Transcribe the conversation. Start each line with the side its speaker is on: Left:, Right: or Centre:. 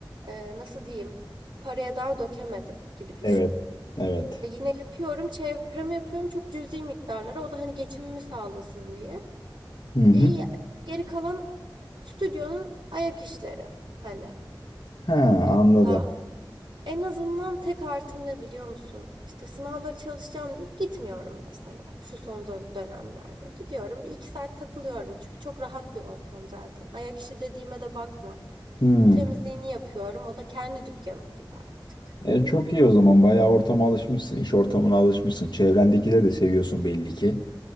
Right: e, nasıl diyeyim paraya daha dökemedim gibi düşün.
Left: Evet. Evet.
Right: E, yine yapıyorum, çevreme yapıyorum çok cüzi miktarlara. O da hani geçimimi sağlasın diye.
Left: Hı hı.
Right: E, ya- geri kalan stüdyonun ayak işleri hani.
Left: Ha, anladım.
Right: Ya en azından tek artım ne biliyor musun? İşte sınavları çalışacağım deyip gitmiyorum mesela şu son dön- dönemlerde. Gidiyorum bir iki saat takılıyorum çünkü çok rahat bir ortam zaten. Ayak işi dediğime de bakma.
Left: Hı.
Right: Temizliğini yapıyorum o da kendi dükkanım gibi artık.
Left: E, çok iyi o zaman. Bayağı ortama alışmışsın, iş ortamına alışmışsın. Çevrendekileri de seviyorsun belli ki.